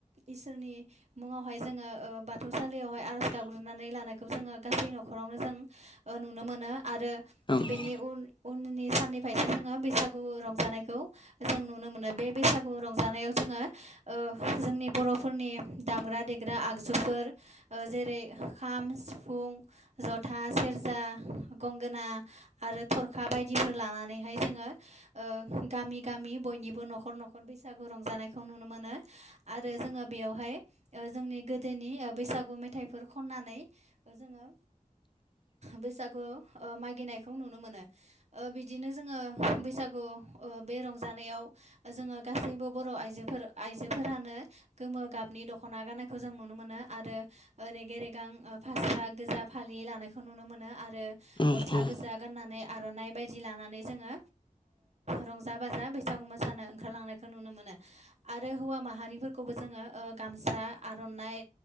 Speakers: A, on the right; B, on the left.
A: इसोरनि मुङावहाय जोङो ओ बाथौसालियावहाय आर'ज गाबग्रोनानै लानायखौ जोङो गासै न'खराव ओ नुनो मोनो आरो
B: औ
A: बेनि उ उननि साननिफ्रायसो जोङो बैसागु गु रंजानायखौ जों नुनो मोनो बे बैसागु रंजानायाव जोङो ओ जोंनि बर'फोरनि दामग्रा - देग्रा आगजुफोर ओ जेरै खाम, सिफुं सिफुं, जथा, सेरजा, गंगोना आरो थरखा बायदिफोर लानानै जोङो गामि- गामि बयनिबो न'खर -न'खर बैसागु रंजानायखौ नुनो मोनो आरो जोङो बेयावहाय जोंनि गोदोनि बैसागु मेथाइफोर खननानै जोङो बैसागु मागिनायखौ नुनो मोनो बिदिनो जोङो बैसागु बे रंजानायाव जोङो गासैबो बर' आइजोफोर आइजोफोर फोरानो गोमो गाबनि दख'ना गाननायखौ जों नुनो मोनो आरो ओरैग रेगां फास गोजा फालि लानायखौ नुनो मोन आरो
B: औ
A: गस्ला
B: औ
A: गोजा गाननानै आर'नाइ बायदि लानानै जोङो रंजा- बाजा बैसागु मोसानो ओंखारलांनायखौ नुनो मोनो आरो हौवा मा माहारिफोरखौबो जोङो गामसा आर'नाइ